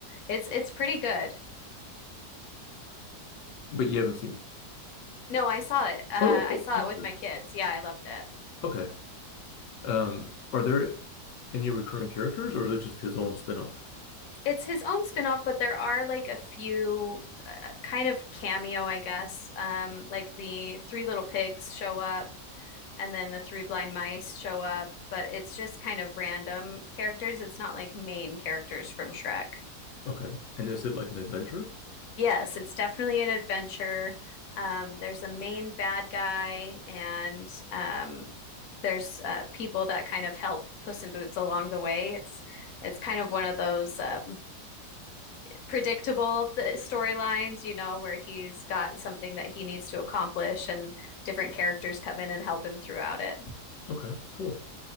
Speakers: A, on the left; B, on the left.
A: It's it's pretty good.
B: but you haven't seen. it.
A: No, I saw it. Uh
B: Oh,
A: I saw
B: Buster.
A: it with my kids. Yeah, I loved it.
B: okay. Um, are there any recurring characters, or is it just his own spin-off?
A: It's his own spin-off, but there are like a few uh, kind of cameo, I guess. Um, like the Three Little Pigs show up and then the Three Blind Mice show up, but it's just kind of random characters. It's not like main characters from Shrek.
B: Okay, and is it like an adventure?
A: Yes, it's definitely an adventure. Um, there's a main bad guy and um, there's uh, people that kind of help Puss in Boots along the way. It's it's kind of one of those um, predictable storylines, you know, where he's got something that he needs to accomplish and different characters come in and help him throughout it.
B: Okay, cool.